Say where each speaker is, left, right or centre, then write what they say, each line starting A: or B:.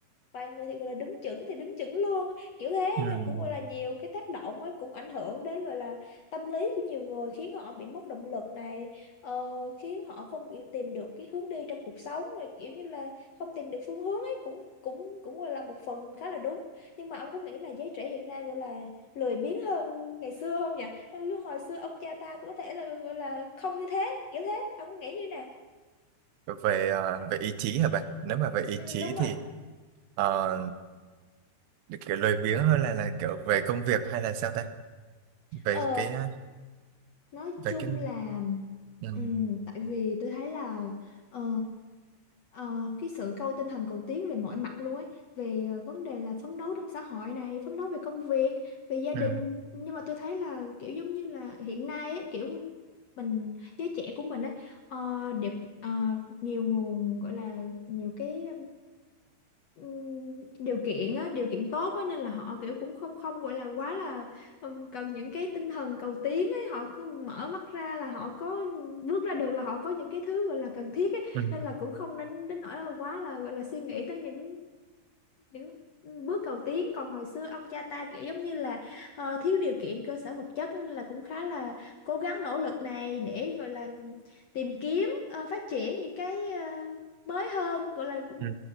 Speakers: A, on the left; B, on the right.
A: Vài người thì gọi là đứng chững thì đứng chững luôn. á, Kiểu thế
B: ừ.
A: nên cũng gọi là nhiều cái tác động ấy, cũng ảnh hưởng đến gọi là tâm lý của nhiều người khiến họ bị mất động lực này. ờ, khiến họ không kiểu tìm được cái hướng đi trong cuộc sống rồi kiểu như là không tìm được phương hướng ấy cũng cũng cũng là một phần khá là đúng nhưng mà ông có nghĩ là giới trẻ hiện nay gọi là lười biếng hơn ngày xưa không nhỉ lúc hồi xưa ông cha ta có thể là gọi là không như thế kiểu thế ông có nghĩ như nào
B: về ờ, về ý chí hả bạn? nếu mà về ý
A: ừ,
B: chí
A: đúng rồi
B: thì ờ, được kiểu lười biếng hơn là là kiểu về công việc hay là sao ta về
A: ờ
B: cái ờ,
A: Nói
B: về
A: chung
B: cái
A: là
B: ừ.
A: ừm, tại vì tôi thấy là ờ, ờ, cái sự cầu tinh thần cầu tiến về mọi mặt luôn ấy về ờ, vấn đề là phấn đấu trong xã hội này phấn đấu về công việc về gia
B: Ừ.
A: đình nhưng mà tôi thấy là kiểu giống như là hiện nay ấy, kiểu mình giới trẻ của mình ấy ờ, đều ờ, nhiều nguồn gọi là nhiều cái ừm, điều kiện á, điều kiện tốt á, nên là họ kiểu cũng không không gọi là quá là ừm, cần những cái tinh thần cầu tiến ấy họ cứ mở mắt ra là họ có bước ra được là họ có những cái thứ gọi là cần thiết ấy
B: Ừ.
A: nên là cũng không nên đến nỗi là quá là gọi là suy nghĩ tới những những bước cầu tiến còn hồi xưa ông cha ta kiểu giống như là ờ, thiếu điều kiện cơ sở vật chất nên là cũng khá là cố gắng nỗ lực này để gọi là tìm kiếm ờ, phát triển những cái ờ, mới hơn gọi là cũng
B: Ừ.